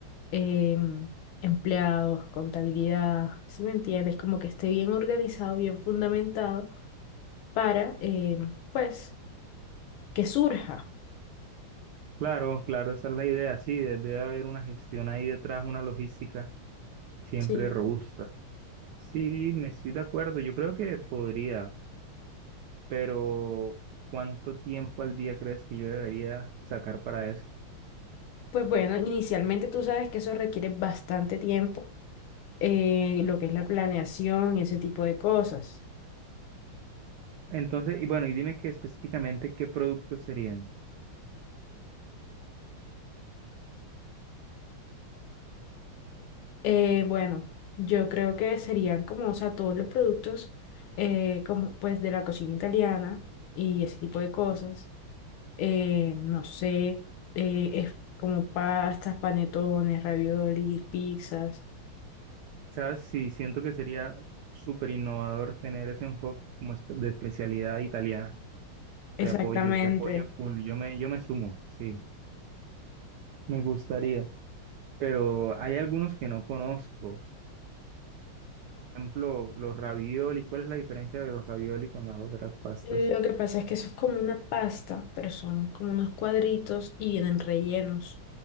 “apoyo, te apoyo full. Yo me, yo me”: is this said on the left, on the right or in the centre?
Right